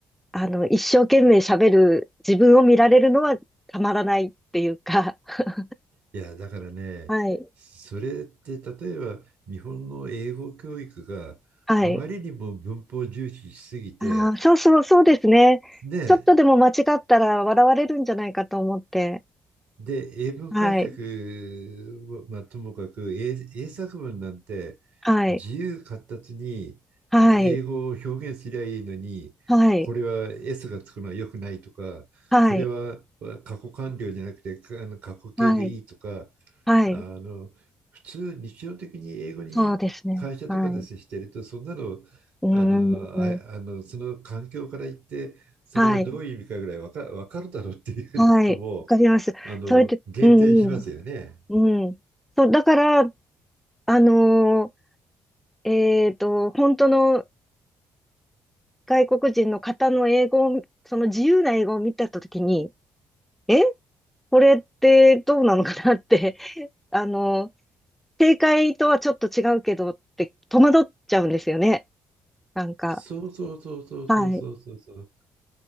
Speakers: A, in the centre; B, on the right (about 75°).
A: あの、一生懸命喋る自分を見られるのはたまらないっていうか、<laughs>
B: いや、だからね、
A: はい、
B: それって例えば日本の英語教育があまりにも文法重視しすぎて、
A: はい。ああそうそう、そうですね。
B: ね、
A: ちょっとでも間違ったら笑われるんじゃないかと思って、
B: で、英文解釈は、
A: はい、
B: まあ、ともかく英、英作文なんて
A: はい、
B: 自由闊達に英語を表現すりゃいいのに、
A: はい、はい、
B: これは S がつくのは良くないとか、
A: はい、
B: これは過去完了じゃなくてかあの過去形でいいとか、
A: はい、はい、
B: あの、普通日常的に英語に会社とかで接していると、
A: そうですね。はい。
B: そんなの、
A: うーん。
B: あの、あ、あの、その環境から言って、それがどういう意味かぐらいわか、
A: はい。
B: わかるだろうっていうようなことも、
A: はい。わかります。
B: あの、
A: それで、
B: 減点しますよね。
A: うんうん。うん。そう、だから、あのーえっと、本当の外国人の方の英語を、その自由な英語を見たときに、えこれってどうなのかなって、<laughs> あのー正解とはちょっと違うけどって戸惑っちゃうんですよね。なんか。
B: そうそうそうそうそうそうそうそう。
A: はい。